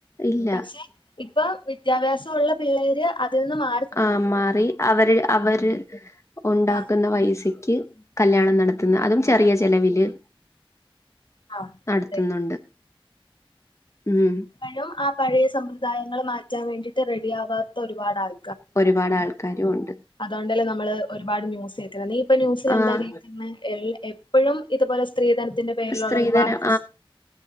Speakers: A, on the left; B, on the left.
A: ഇല്ല
B: പക്ഷെ ഇപ്പം വിദ്യാഭ്യാസവൊള്ള പിള്ളേര് അതിൽ നിന്ന് മാ
A: ആഹ് മാറി അവര് അവര് ഒണ്ടാക്ക്ന്ന
B: ആഹ്
A: പൈസക്ക് കല്യാണം നടത്തുന്ന് അതും ചെറിയ ചെലവില്
B: ആഹ്
A: നടത്തുന്നൊണ്ട്
B: അതെ
A: ഉം
B: പ്പഴും ആ പഴയ സമ്പ്രദായങ്ങൾ മാറ്റാൻ വേണ്ടീട്ട് റെഡി ആവാത്ത ഒരുപാട് ആൾ
A: ഒരുപാട് ആൾക്കാരുവൊണ്ട്
B: അതോണ്ടല്ലേ നമ്മള് ഒരുപാട് ന്യൂസ് കേക്ക്ന്നെ നീ ഇപ്പൊ ന്യൂസിൽ
A: ആഹ്
B: എന്താ കേക്ക്ന്നെ എൽ എ പ്പഴും ഇത്പോലെ സ്ത്രീധനത്തിന്റെ പേരിലൊള്ള
A: സ്ത്രീധനം
B: ഒരുപാട് പ്രശ്നം